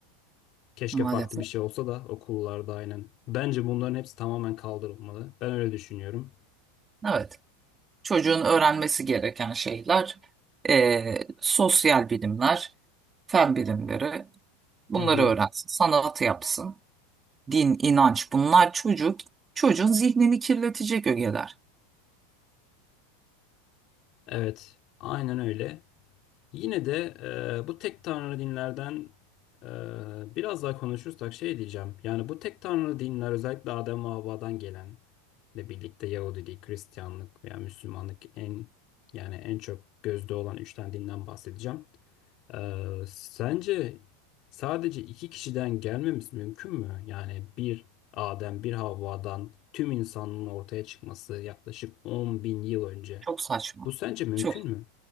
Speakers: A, on the left; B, on the right.
A: Keşke
B: maalesef.
A: farklı bir şey olsa da okullarda aynen. Bence bunların hepsi tamamen kaldırılmalı. Ben öyle düşünüyorum.
B: Evet. Çocuğun öğrenmesi gereken şeyler e, sosyal bilimler, fen bilimleri bunları
A: Hı hı.
B: öğrensin, sanat yapsın. din, inanç bunlar çocuk çocuğun zihnini kirletecek ögeler.
A: Evet, aynen öyle. Yine de e, bu tek tanrı dinlerden e, biraz daha konuşursak şey diyeceğim. Yani bu tek tanrı dinler özellikle Adem ve Havva'dan gelen ile birlikte Yahudilik, Hristiyanlık veya Müslümanlık en yani en çok gözde olan üç tane dinden bahsedeceğim. Ee, sence sadece iki kişiden gelmemiz mümkün mü? Yani bir Adem, bir Havva'dan tüm insanlığın ortaya çıkması yaklaşık 10 bin yıl önce.
B: Çok saçma.
A: Bu sence mümkün
B: Çok
A: mü?